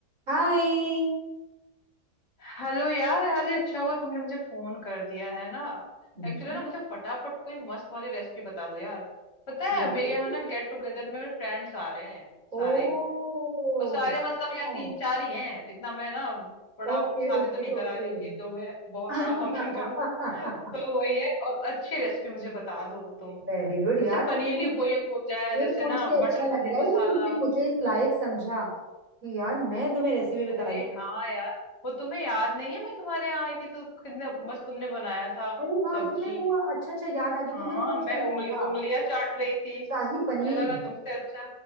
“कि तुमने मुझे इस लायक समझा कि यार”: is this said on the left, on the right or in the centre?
Right